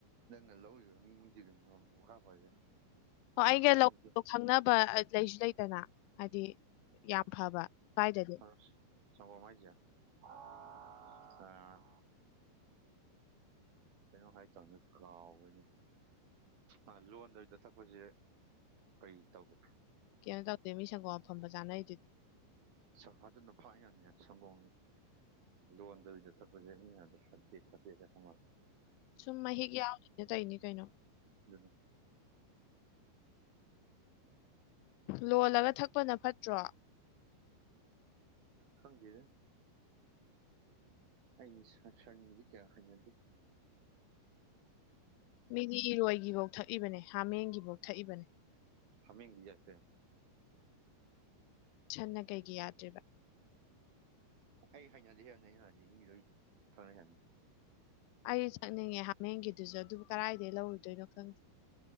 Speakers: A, on the right (about 55°); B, on the left (about 90°).
A: ꯅꯪꯅ ꯂꯧꯔꯤꯕ ꯃꯤꯗꯨꯒꯤ ꯃ ꯃꯈꯥ ꯄꯣꯜꯂꯤꯗ
B: ꯍꯣ ꯑꯩꯒ
A: ꯅꯪ ꯉꯁꯥꯏ
B: ꯂꯧꯗꯣ ꯈꯪꯅꯕ ꯑꯠ ꯂꯩꯁꯨ ꯂꯩꯇꯅ ꯍꯥꯢꯗꯤ ꯌꯥꯝ ꯐꯕ ꯁ꯭ꯋꯥꯢꯗꯗꯤ
A: ꯑꯁ ꯁꯪꯒꯣꯝꯂꯣ ꯍꯥꯢꯖꯦ <unintelligible> ꯑꯥ ꯀꯩꯅꯣ ꯍꯥꯢꯇꯧꯅꯤ ꯀꯥꯎꯕꯩꯅꯦ ꯑꯥ ꯂꯣꯟꯗꯕꯤꯗꯥ ꯊꯛꯄꯖꯦ ꯀꯩ ꯇꯧꯒꯦ
B: ꯀꯩꯝ ꯇꯧꯗꯦ ꯃꯤ ꯁꯪꯒꯣꯝ ꯑꯐꯝꯕ ꯆꯥꯅꯩꯗꯨꯗꯤ
A: ꯆꯍꯥꯗꯨꯅ ꯐꯥꯢ ꯌꯥꯅꯤ ꯁꯪꯒꯣꯝ ꯂꯣꯟꯗꯕꯤꯗ ꯊꯄꯖꯦ ꯃꯤꯅꯥ ꯌꯥꯗꯦ ꯐꯠꯇꯦ ꯈꯣꯠꯇꯦꯒ ꯇꯧꯃꯥꯜꯂꯤ
B: ꯁꯨꯝ ꯃꯍꯤꯛ ꯌꯥꯎꯅꯤꯅ ꯇꯩꯏꯅꯤ ꯀꯩꯅꯣ
A: ꯗꯨꯅꯤ
B: ꯂꯣꯜꯂꯒ ꯊꯛꯄꯅ ꯐꯠꯇ꯭ꯔꯣ
A: ꯈꯪꯗꯦꯗꯥ ꯑꯩ ꯁꯥꯁꯟꯒꯤꯗꯤ ꯀꯌꯥ ꯍꯩꯅꯗꯦ
B: ꯃꯤꯗꯤ ꯏꯔꯣꯢꯒꯤꯕꯧ ꯊꯛꯏꯕꯅꯦ ꯍꯥꯃꯦꯡꯒꯤꯕꯧ ꯊꯛꯏꯕꯅꯦ
A: ꯍꯥꯃꯦꯡꯒꯤ ꯌꯥꯢ ꯀꯩꯅꯣ
B: ꯁꯟꯅ ꯀꯩꯒꯤ ꯌꯥꯗ꯭ꯔꯤꯕ
A: ꯑꯩ ꯍꯩꯅꯗꯦ ꯍꯥꯢꯕꯅꯦ ꯑꯩꯅꯥ ꯍꯥꯢꯗꯤ ꯃꯤ ꯂꯣꯢ ꯐꯔꯦ ꯍꯥꯢꯅꯤ
B: ꯑꯩ ꯆꯠꯅꯤꯡꯉꯦ ꯍꯥꯃꯦꯡꯒꯤꯗꯨꯁꯨ ꯑꯗꯨꯕꯨ ꯀꯔꯥꯢꯗꯩ ꯂꯧꯔꯨꯗꯨꯢꯅꯣ ꯈꯪꯗꯦ